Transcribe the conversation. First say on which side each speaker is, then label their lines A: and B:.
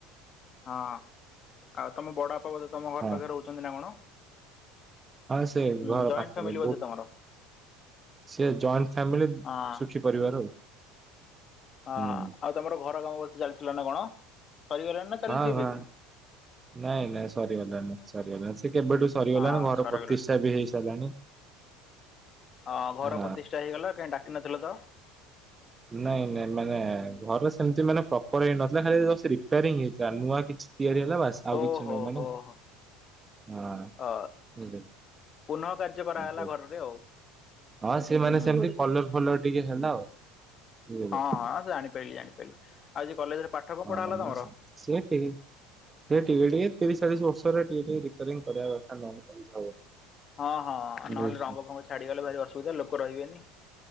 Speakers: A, on the left; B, on the right.
A: ହଁ ଆଉ ତମ ବଡ ବାପା ବୋଧେ ତମ ଘର
B: ହଁ
A: ପାଖରେ ରହୁଛନ୍ତି ନା କଣ?
B: ହଁ ସେ
A: ହୁଁ
B: ଘର
A: ଜଏଣ୍ଟ
B: ପାଖରେ
A: ଫ୍ୟାମିଲି ବୋଧେ
B: ବହୁତ,
A: ତମର।
B: ସେ ଜଏଣ୍ଟ ଫ୍ୟାମିଲି
A: ହଁ
B: ସୁଖୀ ପରିବାର
A: ହଁ
B: ହୁଁ।
A: ଆଉ ତମର ଘର କାମ ବ ଚାଲିଥିଲା ନା କଣ? ସରିଗଲାଣି ନା ଚାଲିଛି
B: ହଁ
A: ଏବେ
B: ହଁ
A: ବି
B: ନାଇଁ ନାଇଁ ସରିଗଲାଣି ସରିଗଲା ସେ କେବେଠୁ ସରିଗଲାଣି
A: ହଁ
B: ଘର
A: ସରିଗଲାଣି।
B: ପ୍ରତିଷ୍ଠା ବି ହେଇ ସାରିଲାଣି।
A: ହଁ ଘର
B: ହ
A: ପ୍ରତିଷ୍ଠା ହେଇଗଲା କାହିଁ ଡାକି ନଥିଲ ତ
B: ନାଇଁ ନାଇଁ ମାନେ ଘରେ ସେମତି ମାନେ ପ୍ରପର ହେଇନଥିଲା ଖାଲି ଜଷ୍ଟ ରିପାରିଂ ହେଇ ଜା ନୂଆଁ କିଛି ତିଆରି ହେଲା ବାସ ଆଉ
A: ଓହୋ
B: କିଛି ନୁହଁ, ମାନେ
A: ହୋ ହୋ।
B: ହଁ
A: ଅ
B: ହଁ ତ
A: ପୁନଃ କାର୍ଯ୍ୟ କରାଗଲା
B: ହଉ
A: ଘରରେ ଆଉ।
B: ହଁ ସେମାନେ
A: ହୁଁ
B: ସେମତି କଲର ଫଲର ଟିକେ ହେଲା ଆଉ। ବୁଝିଲେ
A: ହଁ ହଁ ଜାଣିପାରିଲି ଜାଣିପାରିଲି ଆଉ ଯେ କଲେଜରେ
B: <unintelligible>
A: ପାଠ କଣ ପଢା ହେଲା
B: ସଚାଳିଶ
A: ତମର?
B: ବର୍ଷରେ ଟିକେ ଟିକେ ରିପେୟାରିଙ୍ଗ କରିବା କଥା ନ ହେଲେ କେମିତି ହବ।
A: ହଁ ହଁ
B: ବୁଝୁଛି।
A: ନହେଲେ ରଙ୍ଗ ଫଙ୍ଗ ଛାଡିଗଲେ ଭାରି ଅସୁବିଧା ଲୋକ ରହିବେନି